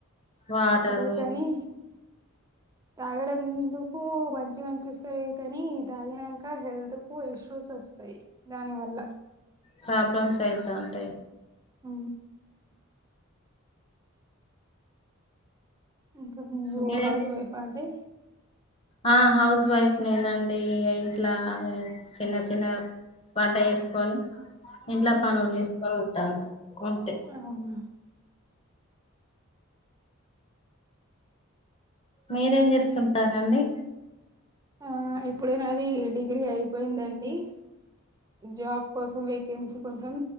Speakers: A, on the left (about 30°); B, on the right (about 15°).
A: వాటర్
B: అదే కాని తాగడందుకు మంచిగా అనిపిస్తాయి కాని తాగినాక హెల్త్ ఎక్కువ ఇష్యూస్ వస్తాయి దానివల్ల
A: ప్రాబ్లమ్స్ అయిత ఉంటాయి
B: అ ఇంకా మీరు
A: మీరేం
B: హౌస్
A: చే-
B: వైఫ్ అండి
A: ఆ హౌస్ వైఫ్ నేనండి ఇంట్లా చిన్న చిన్నగా వంట చేసుకొని ఇంట్లో
B: ఉమ్
A: పనులు చేసుకొని ఉంటాను అంతే
B: అవున
A: మీరేం చేస్తుంటారా అండి
B: ఆ ఇప్పుడేనాది డిగ్రీ అయిపోయిందండి జాబ్ కోసం వేకెన్సీ కోసం